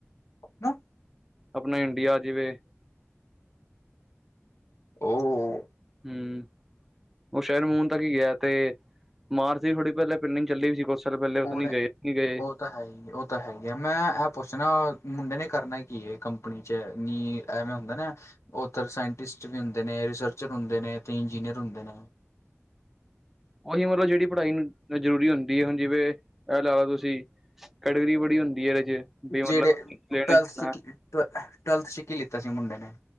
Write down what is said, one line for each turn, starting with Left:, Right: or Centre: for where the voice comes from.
Left: ਹੈਂ <unintelligible> <unintelligible>
Centre: ਆਪਣਾ ਇੰਡੀਆ ਜਿਵੇਂ
Left: ਉਹ।
Centre: ਹੂੰ ਉਹ ਸ਼ਹਿਰ ਮੂਨ ਤੱਕ ਹੀ ਗਿਆ ਤੇ ਮਾਰਚ ਦੀ ਥੋੜੀ ਪਹਿਲੇ ਪਿੰਨਿੰਗ ਚੱਲੀ ਵੀ ਸੀ ਕੁਛ ਚਲੋ ਪਹਿਲੇ ਓਦੇ
Left: ਉਹਨੇ
Centre: ਨੀ ਗਏ, ਨੀ ਗਏ।
Left: ਉਹ ਤੇ ਹੈ ਹੀ ਉਹ ਤਾਂ ਹੈ ਹੀ ਹੈ, ਮੈਂ ਇਹ ਪੁੱਛਣਾ ਮੁੰਡੇ ਨੇ ਕਰਨਾ ਕੀ ਇਹ ਕੰਪਨੀ ਚ ਨੀ ਐਵੇਂ ਹੁੰਦਾ ਨਾ ਉਧਰ ਸਾਇੰਟਿਸਟ ਵੀ ਹੁੰਦੇ ਨੇ, ਰਿਸਰਚਰ ਹੁੰਦੇ ਨੇ, ਤੇ ਇੰਜੀਨੀਅਰ ਹੁੰਦੇ ਨੇ।
Centre: ਉਹੀ ਮਤਲਬ ਜਿਹੜੀ ਪੜ੍ਹਾਈ ਨੂੰ ਜ਼ਰੂਰੀ ਹੁੰਦੀ ਹੈ ਹੁਣ ਜਿਵੇਂ ਇਹ ਲਾ ਲਓ ਤੁਸੀਂ ਕੜਕਰੀ ਬੜੀ ਹੁੰਦੀ ਹੈ ਇਹਦੇ ਚ ਵੀ
Left: ਜਿਹੜੇ
Centre: ਮਤਲਬ
Left: ਟਵੈਲਥਸ ਕੀ ਟਵੈਲਥਸ ਕੀ ਲਿੱਤਾ ਸੀ ਮੁੰਡੇ ਨੇ?